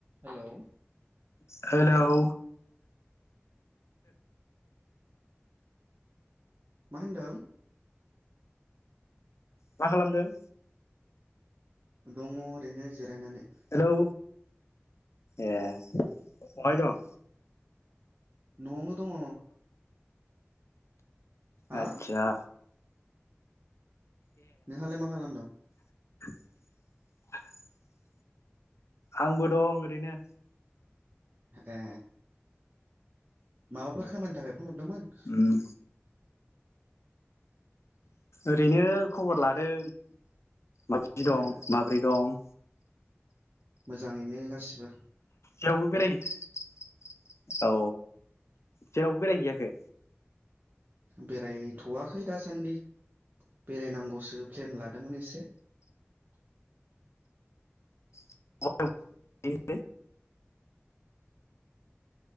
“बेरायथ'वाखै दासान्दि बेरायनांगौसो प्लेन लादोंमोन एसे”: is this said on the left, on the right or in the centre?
Right